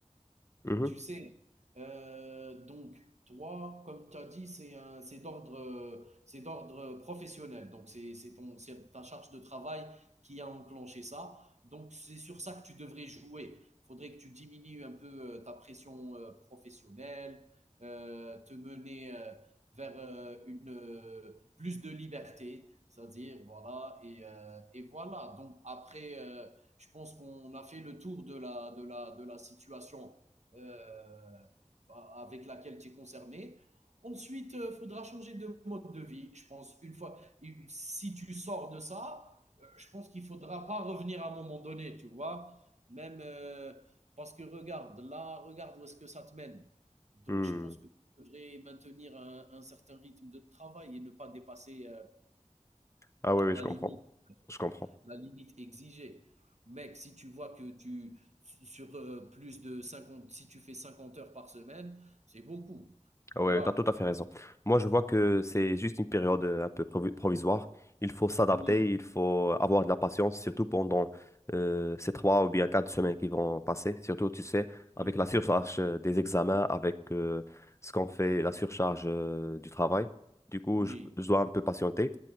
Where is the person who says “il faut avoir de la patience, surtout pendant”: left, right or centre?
Left